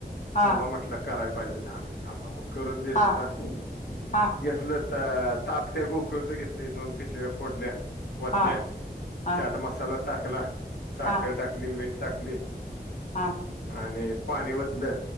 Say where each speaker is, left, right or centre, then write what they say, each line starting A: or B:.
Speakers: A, on the left (about 45°); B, on the left (about 75°).
A: हा
B: हांबा म्हटलं कराय. हिे दहा मिनिटां मग करून देतता
A: हा
B: घेतलं.
A: हा
B: तर ताकत्या गोखळच घेत दोन पिशव्या फोडल्या. वतल्या.
A: हा हा
B: चाट मसाला टाकला. साखर
A: हा
B: टाकली म टाकले.
A: हा.
B: आणि पाणी वतल